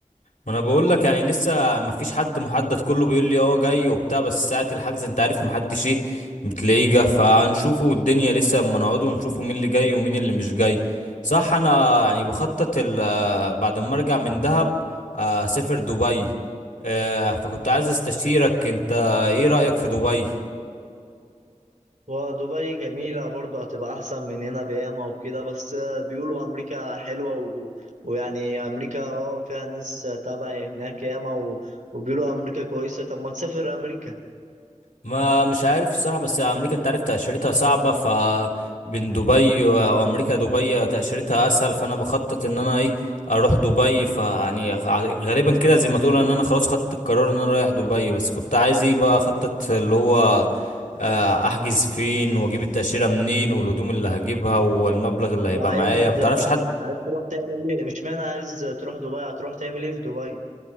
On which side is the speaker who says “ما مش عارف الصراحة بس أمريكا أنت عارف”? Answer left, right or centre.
Left